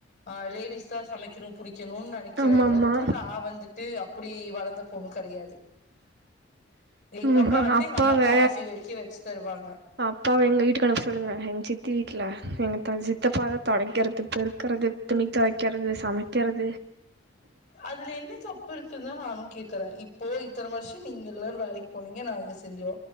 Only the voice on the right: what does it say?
ஆமா
ஆமா
ம்
அப்பாவ
அப்பாவ எங்க வீட்டுக்கு வர சொல்லுங்க எங்க சித்தி வீட்ல எங்க த சித்தப்பாதா தொடைக்கிறது பெருக்குறது துணி தொவைக்கிறது சமைக்கிறது